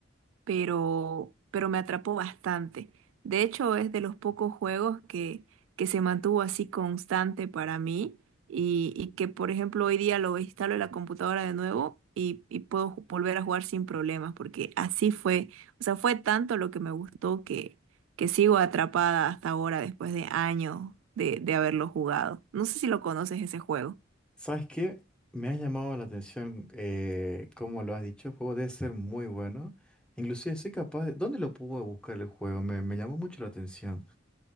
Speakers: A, on the right; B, in the centre.
A: pero, pero me atrapó bastante. De hecho, es de los pocos juegos que, que se mantuvo así constante para mí y, y que, por ejemplo, hoy día lo instalo en la computadora de nuevo y, y puedo ju- volver a jugar sin problemas, porque así fue, o sea, fue tanto lo que me gustó que, que sigo atrapada hasta ahora, después de años de, de haberlo jugado. No sé si lo conoces ese juego.
B: ¿Sabes qué? Me ha llamado la atención, eh, como lo has dicho, el juego debe ser muy bueno. Inclusive soy capaz de... ¿Dónde lo puedo buscar el juego? Me, me llamó mucho la atención.